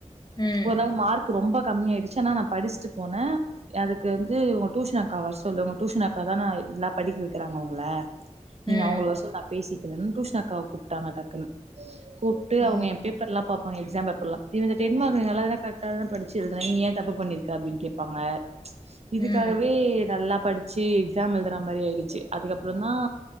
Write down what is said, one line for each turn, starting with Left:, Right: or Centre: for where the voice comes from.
Left: ம்
Right: ஒரு நாள் மார்க் கு ரொம்ப கம்மி ஆயிடுச்சு ஆனா நா படிச்சுட்டு போன அதுக்கு வந்து உங்க டூஷன் அக்காவ வர சொல்லு உங்க டியூஷன் அக்கா தான இதெல்லா படிக்க வைக்கிறாங்க உங்களே
Left: ம்
Right: நீங்க அவுங்கள வர சொல்லு நா பேசிக் கிறன் டியூஷன் அக் காவ கூப்டாங்க டக்குனு கூப் டு
Left: ஓ
Right: அவுங்க பேப்பர் எல்லா பாபாங்க எக்ஸாம் பேப் ல்ல இவ இந்த டென்மார்க் ஸ்டின் நல்லாதான கரக்டா தான படிச்சி எழுதுனா நீங்க ஏன் தப்பு பண்ணிருக்க அப்டின்னு கேப்பாங்க இதுக்காகவே
Left: ம்
Right: நல்லா படிச்சு எக்ஸாம் எழுதுற மாரியிடுச்சு அதுக்கப்புறோ தான்